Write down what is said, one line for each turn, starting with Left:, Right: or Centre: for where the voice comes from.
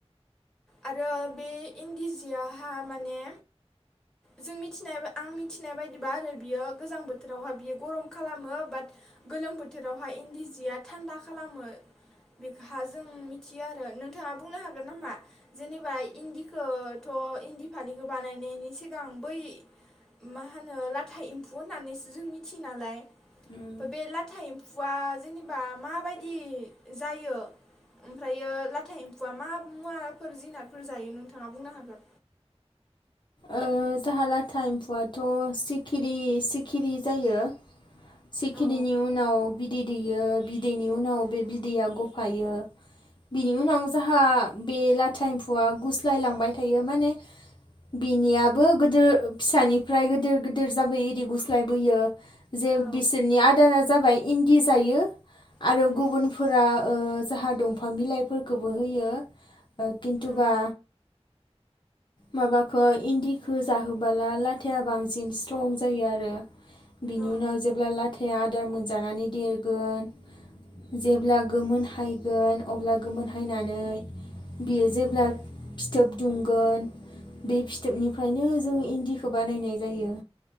Centre: आरो बे इन्दि जिआहा माने‌ जों मिथिनाय आं मिथिनाय बादिबा आरो बेयो‌ गोजां बोथो बोथोरावहाय बियो गरम खालामो बाट गोलोम बोथोरावहाय इन्दि जिया थान्दा खालामो बेहा जों मिथियो आरो नोंथाङा बुंनो हागोन नामा जेनेबा इन्दिखौथ' इन्दि फालिखौ बानायनायनि सिगां बै मा होनो लाथा एम्फौ होननानैसो जों मिथियो नालाय
Left: उम
Centre: बे लाथा एम्फु फुवा जेने होनबा माबायदि जायो ओमफ्रायो लाथा एम्फौआ मा मुवाफोर जिनादफोर जायो नोंथाङा बुंनो हागोन
Left: ओ जाहा लाथा एम्फौआथ' सिखिरि सिखिरि जायो सिखिरिनि
Centre: औ
Left: उनाव बिदै दैयो बिदैनि उनाव बे बिदैया गफायो बिनि उनाव जाहा बे लाथा एम्फौआ गुस्लाय लांबाय थायो माने बिनियाबो गोदो फिसानिफ्राय गोदिर गोदिर जाबायो इरि गुस्लायबोयो जे
Centre: औ
Left: बिसोरनि आदारा जाबाय इन्दि जायो आरो
Centre: उम
Left: गुबुनफोरा ओ जाहा दंफां बिलाइफोरखौबो होयो खिनथुबा
Centre: औ
Left: माबाखौ इन्दिखौ जाहोबोला लाथाया बांसिन स्ट्रं जायो आरो बिनि
Centre: औ
Left: उनाव जेब्ला लाथाया आदार मोनजानानै देरगोन जेब्ला गोमोन हायगोन अब्ला गोमोन हायनानै बियो जेब्ला फिथोब दुंगोन बे फिथोबनिफ्रायनो जों इन्दिखौ बानायनाय जायो